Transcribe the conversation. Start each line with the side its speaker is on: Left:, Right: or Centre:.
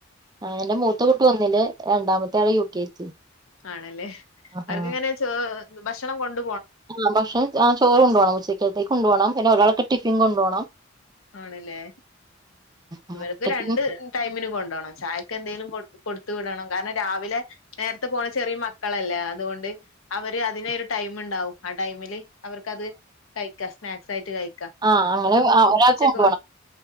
Right: ആഹ് എൻ്റെ മൂത്താ കുട്ടി ഒ ല് രണ്ടാമത്തെ ആള് യു കെ ജി
Left: ആണല്ലേ
Right: ആഹാ
Left: അവർക്ക് ഇങ്ങനെ ചോ ഭക്ഷണം കൊണ്ട
Right: ആഹ് ഭക്ഷണം ആ ചോറ് കൊണ്ടോ ണം ഉച്ചയ്ക്കത്തേക്ക് കൊണ്ട് പോണം പിന്നെ ഒരാൾക്ക് ടിഫിൻ കൊണ്ട് പോണം
Left: ആണ്ല്ലേ
Right: ഉം.
Left: ഇവര്ക്ക്
Right: ടിഫിൻ
Left: രണ്ട് ടൈമിന് കൊണ്ടോണം ചായക്ക് എന്തെലും കൊൺ കൊട ത്ത് വിടണം, കാരണം രാവിലെ നേരത്തെ പോണം, ചെറിയ മക്കളല്ലേ അത് കൊണ്ട് അവര് അതിനെയൊരു ടൈം ഒണ്ടാവും ആ ടൈമില് അവർക്കത് കഴി ക്കാ സ്നാക്സ് ആയിട്ട് കയി
Right: ആ <unintelligible> ഒരാക്ക് <unintelligible>
Left: <unintelligible>